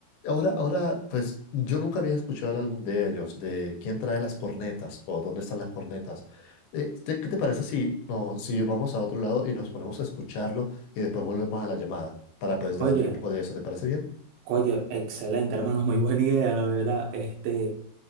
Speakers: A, on the left (about 80°); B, on the right (about 80°).
A: Ahora, ahora, pues yo nunca había escuchado el álbum de ellos, de quién trae las cornetas o dónde están las cornetas. Eh, ¿te- ¿qué te parece si, no, si vamos a otro lado y nos ponemos a escucharlo y después volvemos a la llamada para pues debatir
B: Oye,
A: un poco de eso? ¿Te parece bien?
B: oye, excelente, hermano, muy buena idea, la verdad. Este,